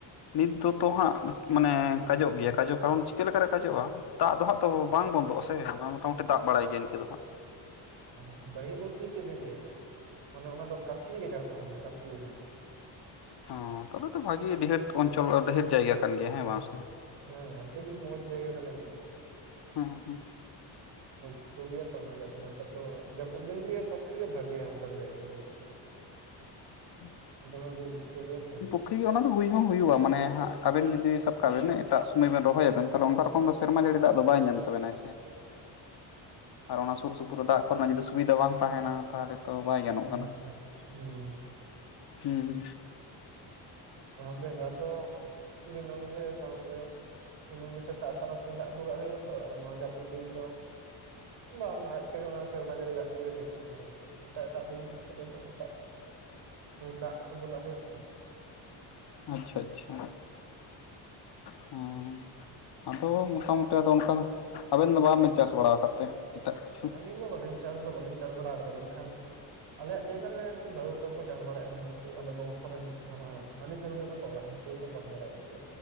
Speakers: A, on the left; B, on the right.
A: ᱱᱤᱛ ᱫᱚᱛᱚ ᱦᱟᱸᱜ ᱢᱟᱱᱮ ᱠᱟᱡᱚᱜ ᱜᱮᱭᱟ ᱠᱟᱡᱚ ᱠᱟᱨᱚᱱ ᱪᱤᱠᱟ. ᱞᱮᱠᱟ ᱨᱮ ᱠᱟᱡᱚᱜᱼᱟ? ᱫᱟᱜ ᱫᱚ ᱦᱟᱸᱜ ᱛᱚ ᱵᱟᱝ ᱵᱚᱱᱫᱚᱜᱼᱟᱥᱮ ᱢᱚᱴᱟᱢᱩᱴᱤ ᱫᱟᱜ ᱵᱟᱲᱟᱭ ᱜᱮᱭᱟ ᱤᱱᱠᱟᱹ ᱫᱚ ᱦᱟᱸᱜ
B: ᱦᱮᱸ ᱰᱟᱹᱦᱤ ᱵᱚᱞᱛᱮ ᱫᱚ ᱪᱮᱫ ᱮᱢ ᱞᱟᱹᱭᱟ ᱢᱟᱱᱮ ᱚᱱᱟ ᱫᱚ ᱠᱟᱥᱤ ᱜᱟᱡᱟᱲ ᱛᱟᱦᱮᱸ ᱠᱟᱱᱟ ᱠᱟᱥᱤ ᱜᱟᱡᱟᱲ
A: ᱦᱚᱸ ᱛᱟᱦᱚᱞᱮ ᱫᱚ ᱵᱷᱟᱹᱜᱤ ᱰᱤᱦᱮᱴ ᱚᱧᱪᱚᱞ ᱰᱤᱦᱮᱴ ᱡᱟᱭᱜᱟ ᱠᱟᱱ ᱜᱮᱭᱟ ᱦᱮᱸ ᱵᱟᱝ ᱥᱮ
B: ᱦᱮᱸ ᱟᱹᱰᱤ ᱢᱚᱸᱡᱽ ᱡᱟᱭᱜᱟ ᱠᱟᱱᱟ ᱮᱠᱫᱚᱢ
A: ᱦᱩᱸ
B: ᱜᱷᱩᱴᱩ ᱜᱮᱭᱟ ᱛᱚ ᱚᱱᱟᱜᱮ ᱱᱤᱛᱚᱜ ᱫᱚ ᱡᱟᱹᱯᱩᱫ ᱫᱤᱱ ᱜᱮ ᱯᱚᱠᱷᱮ ᱵᱷᱟᱜᱮᱭᱟ ᱚᱱᱠᱟᱱ ᱡᱟᱭᱜᱟ ᱫᱚ
A: <inaudible>
B: ᱫᱚᱢᱮ ᱜᱮ ᱜᱷᱩᱴᱩ ᱜᱮᱭᱟ ᱛᱚ
A: ᱠᱷᱤ ᱜᱮ ᱚᱱᱟ ᱫᱚ ᱦᱩᱭ ᱦᱚᱸ ᱦᱩᱭᱩᱜᱼᱟ ᱢᱟᱱᱮ ᱦᱟᱸᱜ ᱟᱵᱤᱱ ᱡᱩᱫᱤ ᱥᱟᱵ ᱠᱟᱜ ᱵᱤᱱ ᱮᱴᱟᱜ ᱥᱚᱢᱚᱭ ᱵᱤᱱ ᱨᱚᱦᱚᱭ ᱟᱵᱤᱱ ᱛᱟᱦᱚᱞᱮ ᱚᱱᱠᱟ ᱨᱚᱠᱚᱢ ᱥᱮᱨᱢᱟ ᱡᱟᱹᱲᱤ ᱫᱟᱜ ᱫᱚ ᱵᱟᱭ ᱧᱟᱢ ᱛᱟᱵᱤᱱᱟᱭ ᱥᱮ ᱟᱨ ᱚᱱᱟ ᱥᱩᱨ ᱥᱩᱯᱩᱨ ᱫᱟᱜ ᱠᱚᱨᱮᱱᱟᱜ ᱡᱩᱫᱤ ᱥᱩᱵᱤᱫᱟ ᱵᱟᱝ ᱛᱟᱸᱦᱮᱱᱟ ᱛᱟᱦᱚᱞᱮ ᱛᱚ ᱵᱟᱭ ᱜᱟᱱᱚᱜ
B: <inaudible> ᱦᱩᱸ
A: ᱦᱩᱸᱻ
B: <inaudible> ᱵᱮᱸᱜᱟᱲ ᱫᱚ ᱫᱤᱱᱟᱹᱢ ᱜᱮ ᱥᱟᱶᱛᱮ ᱫᱤᱱᱟᱹᱢ ᱥᱮᱛᱟᱜ ᱛᱟᱨᱟᱥᱤᱧ ᱫᱟᱜ ᱫᱩᱞᱟᱜ ᱦᱩᱭᱩᱜᱼᱟ ᱛᱚ ᱟᱨ ᱱᱚᱣᱟ ᱡᱟᱹᱯᱩᱫ ᱫᱤᱱ ᱫᱚ ᱵᱟᱝ ᱟᱡ ᱛᱮᱜᱮ ᱚᱱᱟ ᱥᱮᱨᱢᱟ ᱡᱟᱹᱲᱤ ᱫᱟᱜ ᱛᱮᱜᱮ ᱴᱷᱤᱠᱚᱜᱼᱟ ᱚᱱᱟ ᱮᱴᱟᱜ ᱮᱴᱟᱜ ᱫᱤᱱ ᱠᱚᱨᱮ ᱫᱚ ᱫᱟᱜ ᱫᱟᱜ ᱠᱚ ᱫᱩᱞᱟᱜ ᱦᱩᱭᱩᱜᱼᱟ ᱛᱚ
A: ᱟᱪᱪᱷᱟ ᱟᱪᱪᱷᱟ ᱦᱚᱸ ᱟᱫᱚ ᱢᱚᱴᱟᱢᱩᱴᱤ ᱫᱚ ᱚᱱᱠᱟ ᱟᱵᱮᱱ ᱫᱚ ᱵᱟᱝᱵᱤᱱ ᱪᱟᱥ ᱵᱟᱲᱟ ᱠᱟᱫ ᱛᱮ ᱮᱴᱟᱜ ᱠᱤᱪᱷᱩ
B: ᱟᱹᱞᱤᱧ ᱫᱚ ᱵᱟᱹᱞᱤᱧ ᱪᱟᱥ ᱫᱚ ᱵᱟᱹᱞᱤᱧ ᱪᱟᱥ ᱵᱟᱲᱟ ᱢᱮᱱ ᱠᱷᱟᱱ ᱟᱞᱮᱭᱟᱜ ᱡᱟᱭᱜᱟ ᱨᱮ ᱩᱱᱠᱩ ᱫᱟᱫᱩ ᱛᱟᱠᱚ ᱠᱚ ᱪᱟᱥ ᱵᱟᱲᱟᱭᱟ ᱢᱟᱱᱮ ᱩᱱᱠᱩ ᱟᱞᱮ ᱵᱚᱝᱥᱚ ᱨᱮᱱ <inaudible> ᱟᱹᱰᱤ ᱥᱟᱺᱜᱤᱧ ᱨᱮᱛᱟ ᱠᱚ ᱚᱲᱟᱜ ᱩᱱᱠᱩ ᱜᱮᱠᱚ ᱪᱟᱥ ᱵᱟᱲᱟᱭᱮᱜᱼᱟ